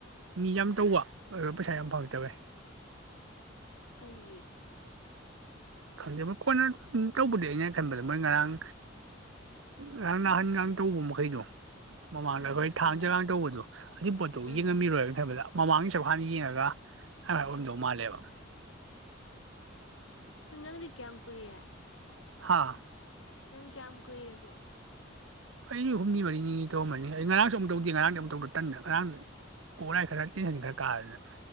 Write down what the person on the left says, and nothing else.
ꯀꯩꯒꯤ
ꯎꯝ
ꯍꯣꯏ
ꯍꯣꯏ
ꯎꯝ
ꯇꯨ ꯅꯪꯗꯤ ꯀꯌꯥꯝ ꯀꯨꯏꯔꯦ
ꯅꯪ ꯀꯌꯥꯝ ꯀꯨꯏꯔꯒꯦ